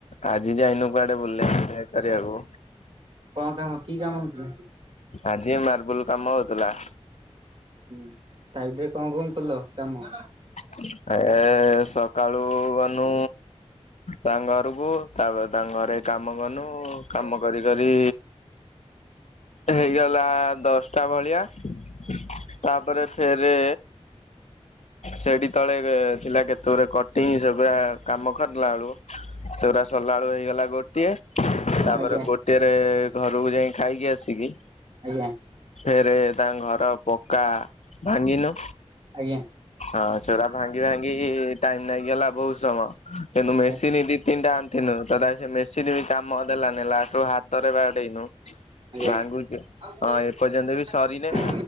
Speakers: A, on the left; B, on the right.
A: ଆଜି ଯାଇନୁ କୁଆଡେ ବୁଲା ବୁଲି କରିବାକୁ
B: କଣ୍ କାମ କି କାମ ହଉଛି
A: ଆଜି ମାର୍ବଲ କାମ ହଉଥିଲା
B: ହଁ ତା ଭିତେରେ କଣ କଣ କଲ କାମ?
A: ହେ ସକାଳୁ ଗନୁ ତାଙ୍କ ଘରକୁ ତାପରେ ତାଙ୍କ ଘରେ କାମ କନୁ କାମ କରି କରି ହେଇଗଲା ଦଶଟା ଭଳିଆ ତା ତାପରେ ଫେରେ ସେଠି କେତେଳେ ଥିଲା କେତେ ଗୁରେ କଟିଂ ସେଗୁଡ଼ା କାମ କରିଲା ବେଳକୁ ସେଗୁରା ସଲାଳୁ ହେଇଗଲା ଗୋଟିଏ ତାପରେ
B: ଆଜ୍ଞା।
A: ଗୋ ଟେରେ ଘରକୁ ଯାଇ ଖାଇକି ଆସିକି
B: ଆଜ୍ଞା।
A: ଫେରେ ତାଙ୍କ ଘର ପକା ଭାଙ୍ଗିଲୁ
B: ଆଜ୍ଞା
A: ଆ ଭାଙ୍ଗି ଭାଙ୍ଗି କି ଟାଇମ ଲାଗିଗଲା ବହୁତ ସମୟ। କିନ୍ତୁ ମେସିନି
B: ଆଜ୍ଞା।
A: ଦି ତିନିଟା ଆଣିଥିଲୁ ତଥାପି ସେ ମେସିନି ବି କାମ ଦେଲାନି ଲାଷ୍ଟରୁ ହାତ ତରେ ବାଡେଇନୁ। ଭାଙ୍ଗୁଛୁ
B: ଆଜ୍ଞା। ଆଜ୍ଞା।
A: ହଁ ଏପର୍ଯ୍ୟନ୍ତ ବି ସରିନେ